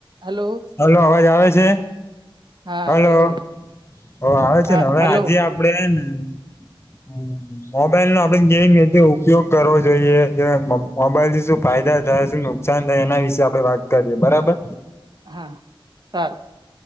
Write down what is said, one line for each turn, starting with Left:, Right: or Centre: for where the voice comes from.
Right: હલો
Left: હલો અવાજ આવે છે
Right: હા
Left: હલો
Right: આવે છે
Left: ઓ આવે છે
Right: હા
Left: ને હવે
Right: હલો
Left: આજે આપડે ને હમ્મ મોબાઈલ નો આપડે કેમ રીતે ઉપયોગ કરવો જોઈએ મોબાઈલ થી શું ફાયદા થાય શું નુકશાન થયે એના વિશેે આપડે વાત કરીએ બરાબર
Right: હા સરાર